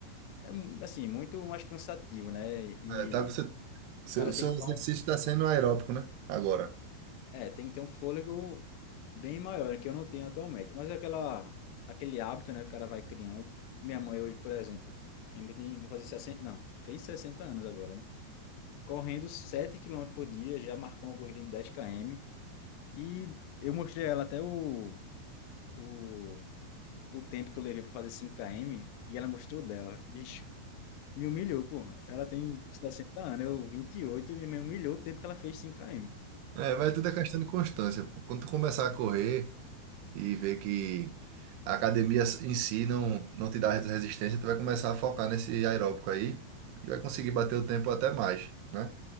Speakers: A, on the left; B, on the right.
A: é, um, assim, muito mais cansativo, né? E
B: É, tá, você...
A: o
B: Seu,
A: cara
B: seu
A: tem que
B: exercício
A: ter um,
B: tá sendo aeróbico, né? Agora.
A: é, tem que ter um fôlego bem maior, né, que eu não tenho atualmente. Mas é aquela, aquele hábito, né, que o cara vai criando. Minha mãe hoje, por exemplo, minha mãe tem- vai fazer 60 não, fez 60 anos agora, né? correndo 7 quilômetros por dia, já marcou uma corrida de dez km. E eu mostrei a ela até o, o, o tempo que eu levei para fazer cinco km, e ela mostrou o dela. Bicho, me humilhou, pô. Ela tem 60 anos, eu vinte e oito e me humilhou o tempo que ela fez 5 km.
B: É, mas tudo é questão de constância. pô. Quando tu começar a correr e ver que a academia em si não, não te dá resistência, tu vai começar a focar nesse aeróbico aí e vai conseguir bater o tempo até mais, né?